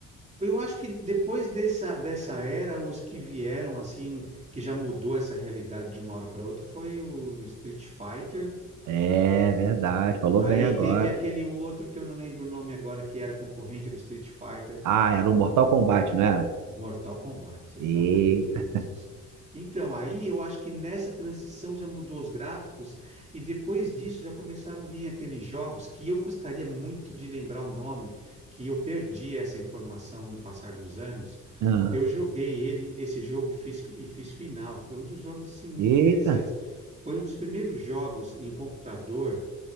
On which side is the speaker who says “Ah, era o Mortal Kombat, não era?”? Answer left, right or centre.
Right